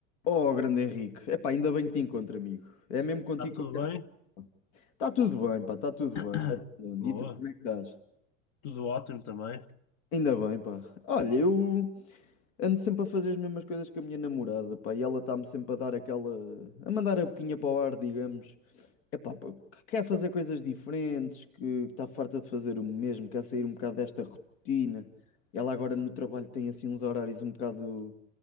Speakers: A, on the left; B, on the left.
A: Oh, grande Henrique. Epá, ainda bem que te encontro, amigo. É mesmo contigo
B: Está tudo
A: que eu
B: bem?
A: quero falar. Está tudo bem, pá, está tudo
B: <clears throat>
A: bem. Tá tudo bem.
B: Boa.
A: E tu, como é que estás?
B: Tudo ótimo também.
A: Ainda bem, pá. Olha, eu ando sempre a fazer as mesmas coisas que a minha namorada, pá, e ela está-me sempre a dar aquela... a mandar a boquinha para o ar, digamos. É pá, pá, que quer fazer coisas diferentes, que está farta de fazer o mesmo, quer sair um bocado desta rotina. Ela agora no trabalho tem assim uns horários um bocado,